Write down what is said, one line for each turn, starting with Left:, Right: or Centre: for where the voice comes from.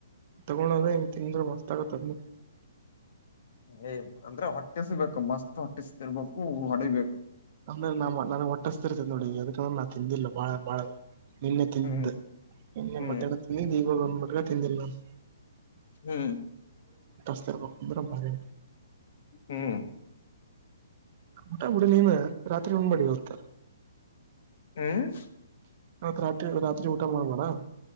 Right: ತಗೊಂಡಳದ ಹೆಂಗ ತಿಂದ್ರೆ ಮಸ್ತ್ ಆಗತ್ತದ
Left: ಏ್ ಅಂದ್ರೆ ಹೊಟ್ಟಿಸ್ಬೇಕು ಮಸ್ತ್ ಹೊಟ್ಟಿಸತಿರ್ಬೇಕು ಹೊಡಿಬೇಕು
Right: ಅಮೇಲೆ ನ ನನಗ್ ಹೊಟ್ಟಸ್ತರ್ತ ನೋಡಿ ಅದಕಂದ್ರ ನಾ ತಿಂದಿಲ್ಲ ಬಾಳ ಬಾಳ ನಿನ್ನೆ ತಿಂದು
Left: ಹ್ಮ್
Right: ನಿನ್ನೆ
Left: ಹ್ಮ್
Right: ಮತ್ತೆಲ್ಲ ತಿಿಂದಿದ್ದು ಈವಾಗ ಬಂದ್ಬಿಟ ತಿಂದಿಿಲ್ಲ ನಾನು
Left: ಹ್ಮ್
Right: ಷ್ಟಂದ್ರ ಭಾರಿ
Left: ಹ್ಮ್
Right: ಊ ಗುಡ ನೀನು ರಾತ್ರಿ ಉಣ ಬಡಿ ಹೋಗತ
Left: ಹ್ಮ್
Right: ಆತ್ತ್ರಿ ರತ್ರಿ ಊಟ ಮಾಡಬೆಡ್